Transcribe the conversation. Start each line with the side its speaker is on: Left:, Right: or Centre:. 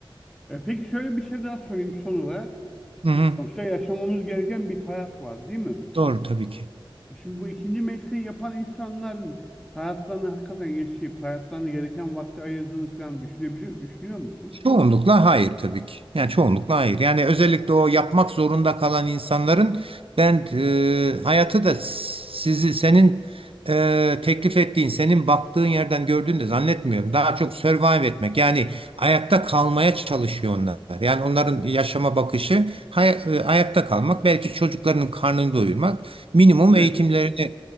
Centre: E peki şöyle bir şey daha sorayım son olarak.
Right: Hı hı.
Centre: Sonuçta yaşamamız gereken bir hayat var değil mi?
Right: Doğru tabii ki.
Centre: E Şimdi bu ikinci mesleği yapan insanların hayatlarını hakikaten yaşayıp hayatlarını gereken vakti ayırdığını falan düşünebiliyor, düşünüyor musun?
Right: Çoğunlukla hayır tabii ki. Yani çoğunlukla hayır. Yani özellikle o yapmak zorunda kalan insanların ben e, hayatı da sizi senin e, teklif ettiğin, senin baktığın yerden gördüğünü de zannetmiyorum. Daha çok survive etmek yani ayakta kalmaya çalışıyor onlar. Yani onların yaşama bakışı hay- e, ayakta kalmak, belki çocuklarının karnını doyurmak, minimum
Centre: Evet.
Right: eğitimlerini